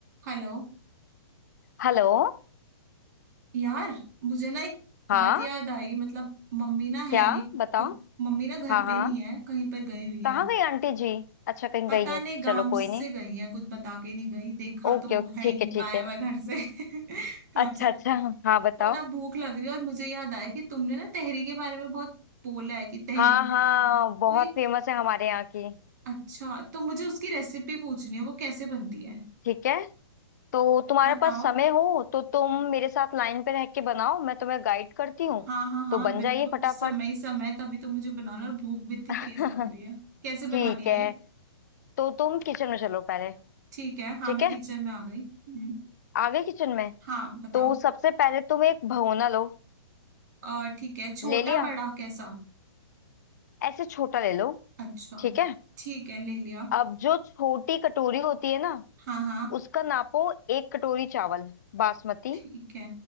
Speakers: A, on the right (about 40°); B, on the left (about 40°).
A: Hello
B: Hello
A: यार मुझे ना एक
B: हाँ
A: बात याद आई मतलब मम्मी ना
B: क्या
A: है नहीं
B: बताओ
A: क- मम्मी ना घर
B: हाँ
A: पे
B: हाँ
A: नहीं है कहीं पर गई हुई है
B: कहाँ गई आंटी जी अच्छा कहीं
A: पता
B: गई है
A: नहीं गांव
B: चलो
A: से
B: कोई नहीं
A: गई है कुछ बता के नहीं गई देखा
B: ओके
A: तो
B: ओके
A: है
B: ठीक
A: ही नहीं
B: है ठीक
A: गायब
B: है
A: है घर से <laughs> कहाँ
B: अच्छा
A: चली
B: अच्छा
A: गई
B: हाँ बताओ
A: तो ना भूख लग रही है और मुझे याद आया कि तुमने ना तहरी के बारे में बहुत बोला है कि तहरी
B: हाँ हाँ
A: तहरी तो
B: बहुत
A: एक
B: फेमस है हमारे यहाँ की
A: अच्छा तो मुझे उसकी रेसिपी पूछनी है वो कैसे बनती है
B: ठीक है तो तुम्हारे
A: बताओ
B: पास समय हो तो तुम मेरे साथ लाइन पे रह के बनाओ मैं तुम्हें गाइड करती हूँ
A: हाँ हाँ हाँ
B: तो बन
A: बिल्कुल
B: जाइए फटाफट
A: समय ही समय है, तभी तो मुझे बनाना और भूख भी इतनी
B: <laughs>
A: तेज लग रही है कैसे
B: ठीक
A: बनानी है
B: है
A: ये
B: तो तुम किचन में चलो पहले
A: ठीक है हाँ
B: ठीक
A: मैं
B: है
A: किचन में आ गई हम्म
B: आगे किचन में
A: हाँ बताओ
B: तो सबसे पहले तुम एक भगोना लो
A: अ, ठीक है छोटा
B: ले लिया
A: बड़ा कैसा
B: ऐसे छोटा ले लो
A: अच्छा
B: ठीक है
A: ठीक है ले लिया
B: अब जो छोटी कटोरी होती है ना
A: हाँ हाँ
B: उसका नापो एक कटोरी चावल बासमती
A: ठीक है